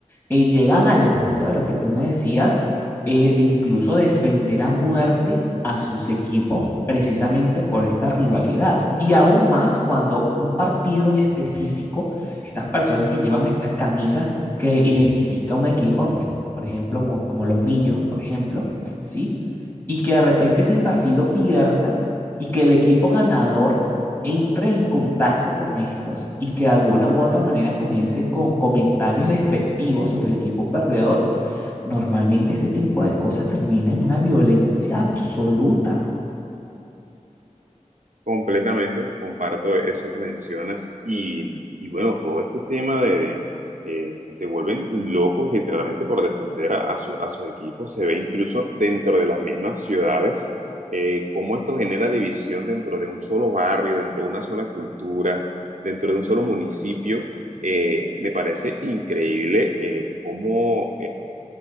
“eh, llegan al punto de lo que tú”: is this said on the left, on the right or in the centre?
Left